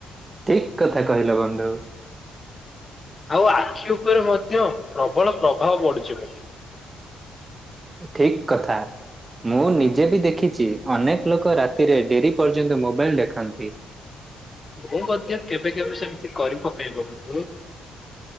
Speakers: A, on the right; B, on the left.
A: ଠିକ୍ କଥା କହିଲ ବନ୍ଧୁ।
B: ଆଉ ଆଖି ଉପରେ ମଧ୍ୟ ପ୍ରବଳ ପ୍ରଭାବ ବଢୁଛି ବ
A: ଠିକ୍ କଥା ମୁଁ ନିଜେ ବି ଦେଖିଛି ଅନେକ୍ ଲୋକ ରାତିରେ ଡେରି ପର୍ଯ୍ୟନ୍ତ ମୋବାଇଲ ଦେଖନ୍ତି ।
B: ମୁଁ ମଧ୍ୟ କେବେ କେବେ ସେମିତି କରି ପକାଏ ବନ୍ଧୁ।